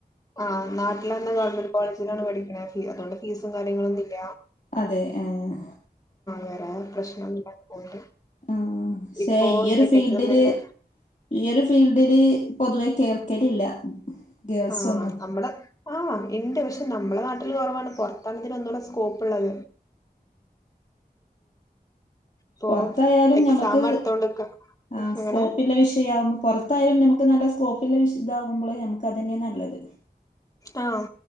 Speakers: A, on the left (about 20°); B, on the left (about 45°).
A: ആഹ് നാട്ടില് തന്നെ ഗവൺമെന്റ് കോളേ <unintelligible> പഠിക്കണേ. അതുകൊണ്ട് ഫീസും കാര്യങ്ങളൊന്നുമില്ല.
B: അതെ ആഹ്
A: വേറെ പ്രശ്നൊന്നുല്ലാതെ പോണ്ട്
B: ആ പക്ഷേ
A: ഇപ്പോ
B: ഈ ഒരു
A: സെക്കൻഡ്
B: ഫീൽഡില്
A: സെമ്മിന്റെ
B: ഈ ഒരു ഫീൽഡില് പൊതുവേ കേൾക്കലില്ല. ഗേൾസ്
A: ആഹ്
B: ഒന്നും
A: മ്മടെ ആഹ് ഇണ്ട് പക്ഷെ നമ്മളെ നാട്ടില് കൊറവാണ്. പൊറത്താണ് ഇതിനൊന്നൂടെ സ്കോപ്പ് ഒള്ളത്. ഇപ്പൊ
B: പൊറത്തായാലും
A: എക്സാം
B: ഞമ്മക്ക്
A: അടുത്തോണ്ട്ക്ക
B: ആ സ്കോപ്പള്ള
A: എങ്ങനെ
B: വിഷയവുമ്പോ പൊറത്തായാലും നമ്മക്ക് നല്ല സ്കോപ്പ് <unintelligible> നമുക്ക് അത് തന്നെയാ നല്ലത്.
A: ആഹ്